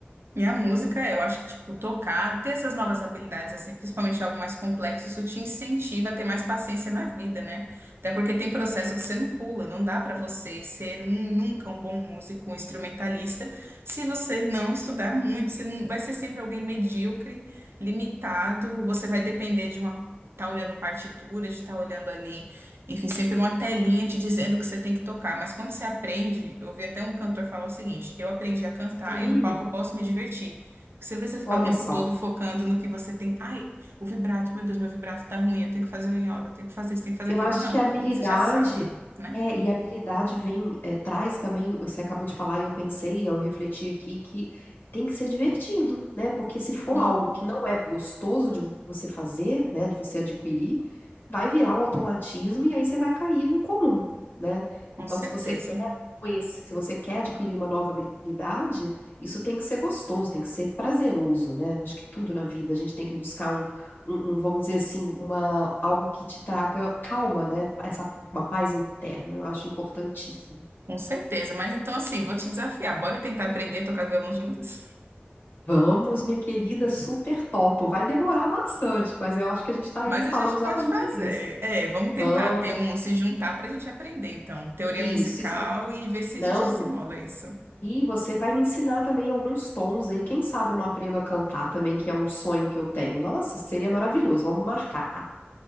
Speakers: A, on the right (about 75°); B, on the left (about 55°).
A: E a música, eu acho que, tipo, tocar, ter essas novas habilidades, assim, principalmente algo mais complexo, isso te incentiva a ter mais paciência na vida, né? Até porque tem processo que você não pula, não dá pra você ser um, nunca um bom músico, um instrumentalista, se você não estudar muito, você não, vai ser sempre alguém medíocre, limitado, você vai depender de uma, tá olhando partitura, de estar olhando ali enfim, sempre uma telinha te dizendo o que você tem que tocar. Mas quando você aprende, eu ouvi até um cantor falar o seguinte: eu aprendi a cantar
B: Sim.
A: e no palco eu posso me divertir. Você não precisa ficar
B: Olha
A: o tempo
B: só.
A: todo focando no que você tem. Ai, o vibrato, meu Deus, meu vibrato tá ruim, eu tenho que fazer um iodo, eu tenho que fazer isso, tenho que fazer
B: Eu
A: aquilo.
B: acho
A: Não,
B: que a habilidade
A: você já sabe, né?
B: é, e a habilidade vem, é, traz também, você acabou de falar e eu pensei, eu refleti aqui que tem que ser divertido, né? Porque se
A: Uhum,
B: for algo que não é gostoso de você fazer, né, de você adquirir, vai virar um automatismo e aí você vai cair no comum, né?
A: com
B: Então,
A: certeza,
B: se você quer conhecer, se você quer adquirir uma nova habilidade, isso tem que ser gostoso, tem que ser prazeroso, né? Acho que tudo na vida a gente tem que buscar um um, um, vamos dizer assim, uma, algo que te traga calma, né? Essa, uma paz interna, eu acho importantíssimo.
A: com certeza. Mas então, assim, vou te desafiar. Bora tentar aprender a tocar violão juntas?
B: Vamos, minha querida, super topo. Vai demorar bastante, mas eu acho que a gente está aí
A: Mas a
B: falando
A: gente
B: exatamente
A: pode fazer.
B: nisso.
A: É, vamos tentar
B: Vamos.
A: ter um, se juntar para a gente aprender, então, teoria
B: Isso,
A: musical
B: isso.
A: e ver se
B: Não,
A: a gente desenrola isso.
B: e você vai me ensinar também alguns tons aí. Quem sabe eu não aprendo a cantar também, que é um sonho que eu tenho. Nossa, seria maravilhoso. Vamos marcar.